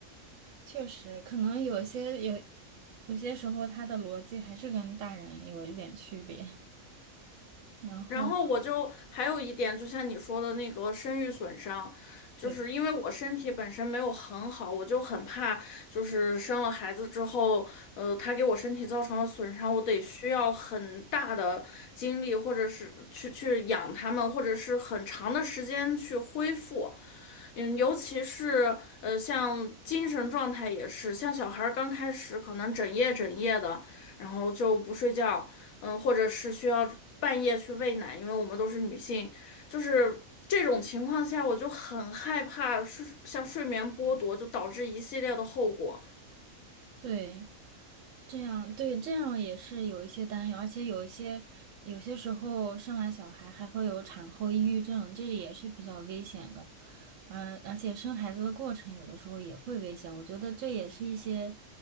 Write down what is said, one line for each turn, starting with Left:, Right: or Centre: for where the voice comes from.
Right: 确实可能有些有有些时候他的逻辑还是跟大人有一点区别，然后
Left: 然后我就还有一点，就像你说的那个生育损伤，就是因为我身体本身没有很好，
Right: 对
Left: 我就很怕，就是生了孩子之后，呃，他给我身体造成了损伤，我得需要很大的精力，或者是去去养他们，或者是很长的时间去恢复。嗯，尤其是呃，像精神状态也是，像小孩儿刚开始可能整夜整夜的，然后就不睡觉，嗯，或者是需要半夜去喂奶，因为我们都是女性，就是这种情况下，我就很害怕睡，像睡眠剥夺，就导致一系列的后果。
Right: 对。这样，对，这样也是有一些担忧，而且有一些有些时候生完小孩还会有产后抑郁症，这里也是比较危险的。嗯，而且生孩子的过程有的时候也会危险，我觉得这也是一些